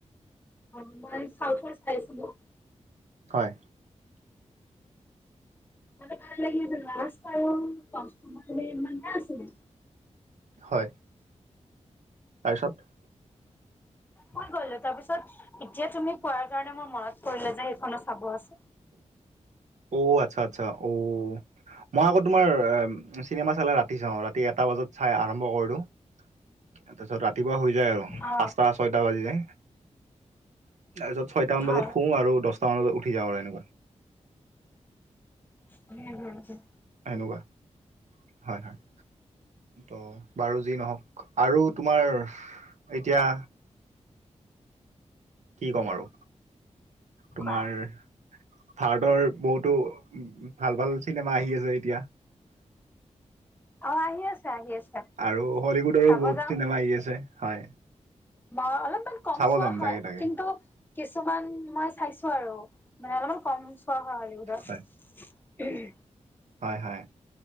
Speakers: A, on the left; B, on the right.
A: অ মই চাউথৰ চাই আছিলো।
B: হয়।
A: মানে ভাল লাগিল। লাষ্ট টাইম <unintelligible> আছিলে।
B: হয় তাৰপিছত
A: ক'ত গলে তাৰ পিছত এতিয়া তুমি কোৱাৰ কাৰণে মোৰ মনত পৰিলে যে সেইখনো চাব আছে
B: অ আচ্ছা আচ্ছা অ মই আক তোমাৰ চিনেমা চালে ৰাতি চাওঁ ৰাতি এটা বজাত চাই আৰম্ভ কৰি দিও তাৰ পিছত ৰাতিপুৱা হৈ যায় আৰু
A: অ
B: পাঁচটা ছয়টা বাজি যায় তাৰপিছত ছয়টামান
A: হয়
B: বজাত শোওঁ আৰু দহটামান বজাত উঠি যাওঁ আৰু এনেকুৱা
A: হোম হোম হোম
B: এনেকোৱা হয় হয় ত' বাৰু যি নহওক আৰু তোমাৰ এতিয়া কি ক'ম আৰু তোমাৰ
A: কোৱা
B: ভাৰতৰ বহুতো ভাল ভাল চিনেমা আহি আছে এতিয়া
A: অ আহি আছে আহি আছে
B: আৰু হলিউডৰো
A: চাব
B: বহুত
A: যাম
B: চিনেমা আহি আছে হয়।
A: মই অলপমান কম
B: চাব
A: চোৱা
B: যাম
A: হয়
B: তাকে তাকে
A: কিন্তু কিছুমান মই চাইছো আৰু মানে অলপমান কম চোৱা হয় হলিউডত
B: হয়
A: উম
B: হয় হয়